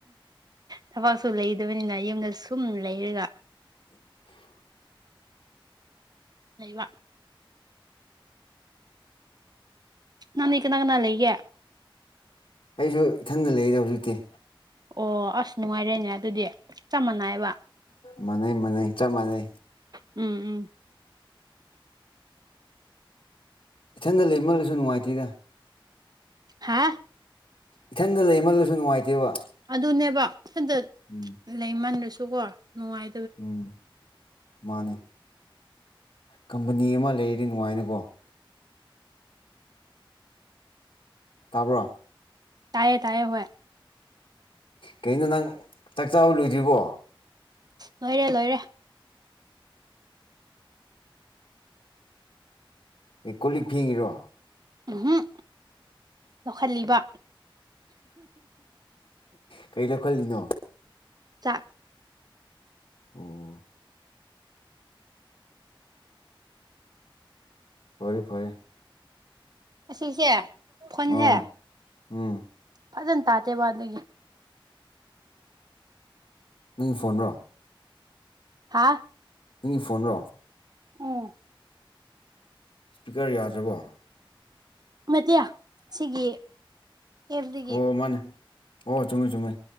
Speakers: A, on the right (about 45°); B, on the left (about 75°).
A: ꯊꯕꯥꯛꯁꯨ ꯂꯩꯗꯕꯅꯤꯅ ꯌꯨꯝꯗ ꯁꯨꯝ ꯂꯩꯔꯒ
B: <inaudible>
A: ꯂꯩꯩꯕ ꯅꯪꯗꯤ ꯀꯥꯅ ꯀꯥꯅ ꯂꯩꯒꯦ
B: ꯑꯩꯁꯨ ꯏꯊꯟꯗ ꯂꯩꯗ ꯍꯧꯖꯤꯛꯇꯤ
A: ꯑꯣ ꯑꯁ ꯅꯨꯡꯉꯥꯏꯔꯦꯅꯦ ꯑꯗꯨꯗꯤ ꯆꯞ ꯃꯥꯟꯅꯩꯑꯦꯕ
B: ꯃꯅꯩ ꯃꯅꯩ ꯆꯞ ꯃꯅꯩ
A: ꯎꯝ ꯎꯝ
B: ꯏꯊꯟꯗ ꯂꯩꯃꯜꯂꯁꯨ ꯅꯨꯡꯉꯥꯏꯇꯦꯗ
A: ꯍꯥꯥ
B: ꯏꯊꯟꯗ ꯂꯩꯃꯜꯂꯁꯨ ꯅꯨꯡꯉꯥꯏꯇꯦꯕ
A: ꯑꯗꯨꯅꯦꯕ ꯢꯊꯟꯗ
B: ꯎꯝ
A: ꯂꯩꯃꯟꯂꯥꯁꯨꯀꯣ ꯅꯨꯡꯉꯥꯏ
B: ꯎꯝ ꯃꯥꯅꯦ ꯀꯝꯄꯅꯤ ꯑꯃ ꯂꯩꯔꯗꯤ ꯅꯨꯡꯉꯥꯏꯅꯀꯣ ꯇꯥꯕ꯭ꯔꯣ
A: ꯇꯥꯏꯌꯦ ꯇꯥꯏꯌꯦ ꯍꯣꯢ
B: ꯀꯩꯅꯣ ꯅꯪ ꯆꯥꯛ ꯆꯥꯕ ꯂꯣꯏꯗ꯭ꯔꯤꯕꯣ
A: ꯂꯣꯏꯔꯦ ꯂꯣꯏꯔꯦ
B: ꯑꯦ ꯀꯣꯟ ꯂꯤꯛ ꯐꯦꯡꯉꯤꯔꯣ
A: ꯎꯝ ꯍꯨꯝ ꯂꯧꯈꯠꯂꯤꯕ
B: ꯀꯔꯤ ꯂꯧꯈꯠꯂꯤꯅꯣ
A: ꯆꯥꯛ
B: ꯑꯣ ꯐꯔꯦ ꯐꯔꯦ
A: ꯑꯁꯤꯁꯦ ꯐꯣꯟꯁꯦ
B: ꯑꯥ ꯎꯝ
A: ꯐꯖꯟ ꯇꯥꯗꯦꯕ ꯑꯗꯨꯒꯤ
B: ꯅꯪꯒꯤ ꯐꯣꯟꯔꯣ
A: ꯍꯥꯥ
B: ꯅꯪꯒꯤ ꯐꯣꯟꯔꯣ
A: ꯎꯝ
B: ꯁ꯭ꯄꯤꯀꯔ ꯌꯥꯗ꯭ꯔꯕꯣ꯫
A: ꯅꯠꯇꯦ ꯁꯤꯒꯤ ꯑꯦꯞꯇꯒꯤ
B: ꯑꯣ ꯃꯥꯅꯦ ꯑꯣ ꯆꯨꯝꯃꯤ ꯆꯨꯝꯃꯤ꯫